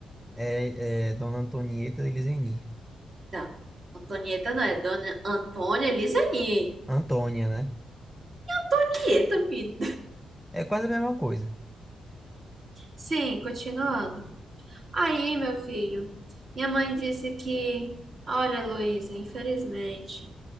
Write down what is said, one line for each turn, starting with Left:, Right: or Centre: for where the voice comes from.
Centre: é, é dona Antonieta Elisane.
Right: Não, Antonieta não, é Dona Antônia Lizani.
Centre: Antônia, né?
Right: Antonieta, me...
Centre: É quase a mesma coisa.
Right: Sim, continuando. Aí, meu filho, minha mãe disse que, olha, Heloísa, infelizmente,